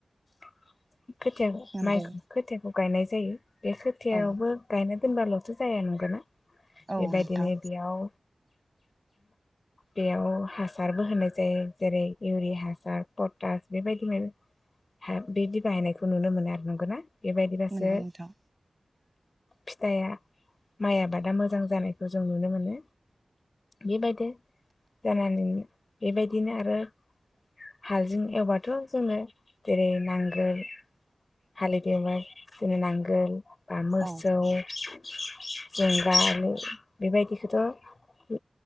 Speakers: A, on the left; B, on the right.
A: <inaudible> खोथियाखौ
B: नंगौ
A: माइखौ खोथियाखौ गायनाय जायो बे खोथियावबो
B: औ
A: गायनो फोनबाल'सो जाया नंगौ ना
B: औ
A: बेबायदिनो
B: नोंथां
A: बेयाव बेयाव हासारबो होनाय जायो जेरै इउरिया हासार पटास बेबायदिनो हे बिदि बाहायनाय खौ नुनो मोनो आरो नंगौ ना बेबायदिबासो
B: नंगौ नोंथां
A: फिथाइया माइ आबादा मोजां जानायखौ जों नुनो मोनो बेबायदि जानानै बेबायदिनो आरो हालजों एवबाथ' जोङो जेरै नांगोल हालेदेबा नांगोल बा मोसौ
B: औ
A: जों दा बेबायदिखौथ'